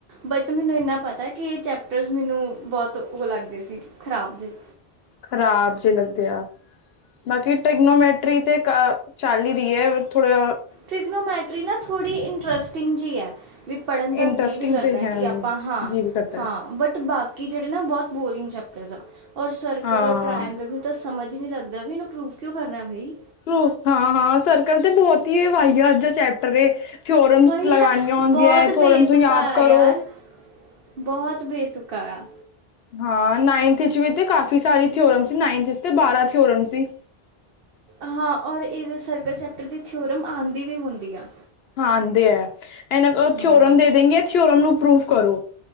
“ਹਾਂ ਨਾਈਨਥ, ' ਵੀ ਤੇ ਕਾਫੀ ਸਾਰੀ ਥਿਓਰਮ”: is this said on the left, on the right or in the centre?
Left